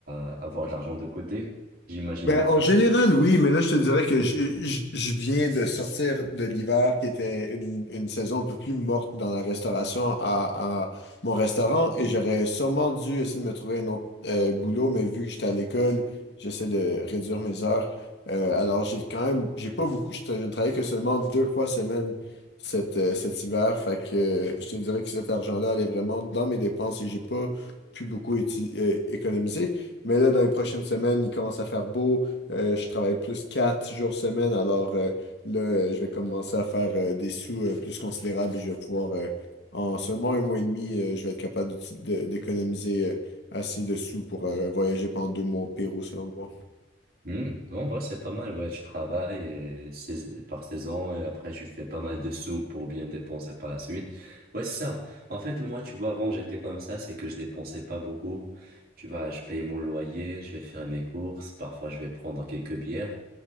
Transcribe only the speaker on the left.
Ben, en général, oui, mais là, je te dirais que je, je- je viens de sortir de l'hiver qui était une, une saison un peu plus morte dans la restauration à, à mon restaurant et j'aurais sûrement dû essayer de me trouver un autre euh, boulot, mais vu que j'étais à l'école, j'essaie de réduire mes heures. Euh, alors, j'ai quand même, j'ai pas beaucoup, je, tra- je ne travaille que seulement deux fois semaine cet, euh, cet hiver, fait que euh, je te dirais que cet argent-là allait vraiment dans mes dépenses et j'ai pas pu beaucoup éti- euh, économiser. Mais là, dans les prochaines semaines, il commence à faire beau. Euh, je travaille plus quatre jours semaine. Alors euh, là, euh, je vais commencer à faire euh, des sous euh, plus considérables et je vais pouvoir, euh, en seulement un mois et demi, euh, je vais être capable d'uti- de- d'économiser euh, assez de sous pour euh, voyager pendant deux mois au Pérou, selon moi.